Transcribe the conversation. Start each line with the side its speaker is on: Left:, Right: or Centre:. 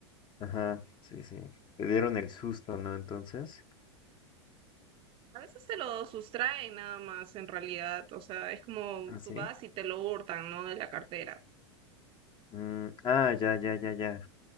Left: Ajá, sí, sí. Te dieron el susto, ¿no? Entonces.
Right: A veces te lo sustraen nada más en realidad, o sea, es como
Left: ¿Ah, sí?
Right: tú vas y te lo hurtan, ¿no? De la cartera.
Left: Mm, ah, ya, ya, ya, ya.